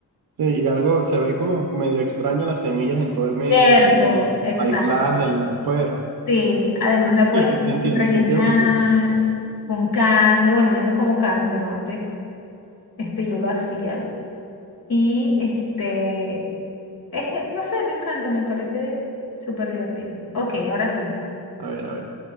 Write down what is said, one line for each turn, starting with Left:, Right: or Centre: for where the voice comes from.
Right: Sí, y algo se ve como medio extraña las semillas en todo el medio,
Left: Cierto,
Right: así como
Left: exacto.
Right: aisladas de la de afuera.
Left: Sí, además la
Right: Sí,
Left: puedes
Right: sí, sí, entiendo,
Left: rellenar
Right: sí, entiendo tu punto.
Left: con carne. Bueno, yo no como carne, pero antes este, yo lo hacía. Y este, es, no sé, me encanta, me parece súper divertido. Ok, ahora tú.
Right: A ver, a ver.